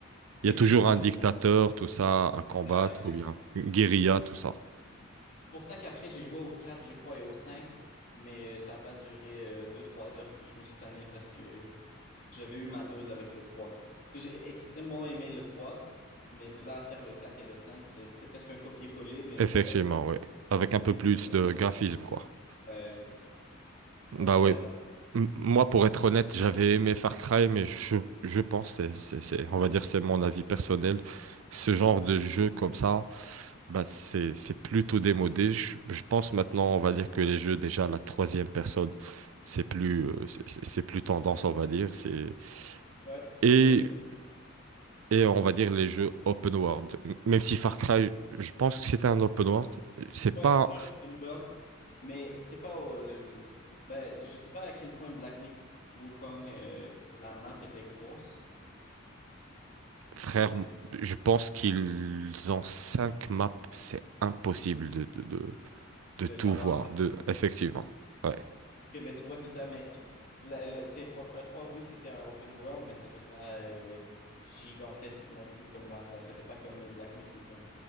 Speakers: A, on the left; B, on the right.
A: Mais
B: Il y a
A: c'est
B: toujours
A: juste.
B: un
A: le-
B: dictateur, tout ça, à combattre,
A: Ah, exactement.
B: ou bien une guérilla, tout ça.
A: C'est pour ça qu'après, j'ai joué au 4, je crois, et au 5. Mais euh, ça n'a pas duré euh, deux, trois heures que je me suis tanné parce que J'avais eu ma dose avec le 3. Tu sais, j'ai extrêmement aimé le 3, mais de là à faire le 4 et le 5, c'est c'est presque un copier-coller, mais
B: Effectivement,
A: juste avec
B: ouais. Avec un peu
A: des
B: plus
A: nouveaux personnages.
B: de graphisme, quoi.
A: Ouais, genre.
B: Bah
A: Alors j'avais
B: ouais.
A: arrêté.
B: M- Moi, pour être honnête, j'avais aimé Far Cry, mais je, je pense, c'est, c'est, c'est- on va dire, c'est mon avis personnel. Ce genre de jeu comme ça, bah, c'est, c'est plutôt démodé. Je, je pense maintenant, on va dire que les jeux, déjà, la troisième personne, c'est plus, euh, c'est c'est- c'est plus tendance, on va dire. C'est,
A: Ouais,
B: et,
A: c'est vrai.
B: et on va dire les jeux open world. M- Même si Far Cry, je pense que c'était un open world, c'est
A: Ouais,
B: pas
A: c'est un open world. Mais c'est pas euh, le, le- Ben, je sais pas à quel point Black Myth Wukong, euh, la map était grosse.
B: Frère,
A: Je sais pas si-
B: je pense qu'ils ont cinq maps. C'est impossible de, de, de, de
A: de
B: tout
A: savoir
B: voir.
A: à
B: De, effectivement. Ouais.
A: Ok, ben tu vois, c'est ça, mais tu la- le- tu sais, Far Cry 3, oui, c'était un open world, mais c'était pas euh, gigantesque non plus comme map, là. C'était pas comme Black Myth Wukong.